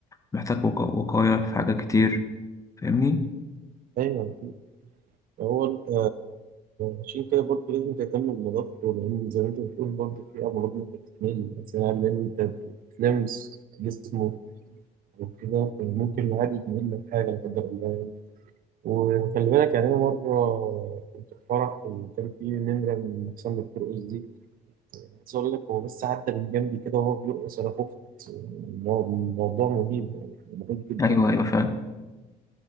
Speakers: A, on the left; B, on the right.
A: محتاج وقا- وقاية في حاجات كتير فاهمني؟
B: أيوه أكيد. هو أنت عشان كده برضه لازم تهتم بنظافته لأن زي ما أنت بتقول برضه في أمراض ممكن تتنقل لأن أنت بتلمس جسمه وكده فممكن عادي يتنقل لك حاجة لا قدر الله يعني. وخلي بالك يعني أنا مرة كنت في فرح وكان في نمرة من أحسن دكتور اس دي عايز اقول لك هو بس عدى من جنبي كده وهو بيرقص انا خفت المو- الموضوع مهيب يعني مهيب جدا
A: أيوه أيوه فاهم